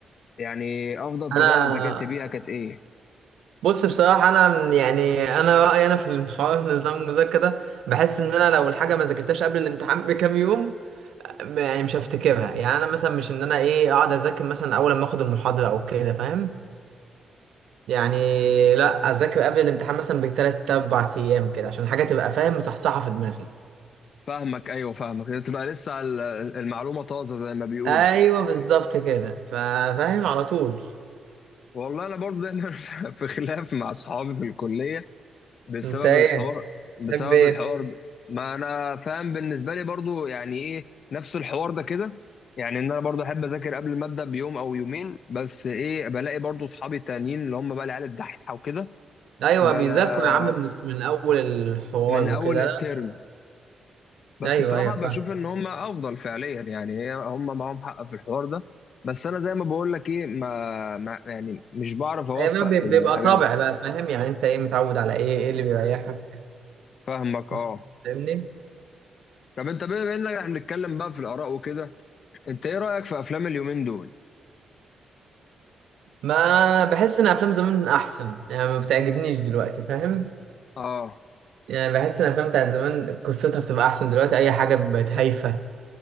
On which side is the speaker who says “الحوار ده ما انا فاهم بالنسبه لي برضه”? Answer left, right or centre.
Left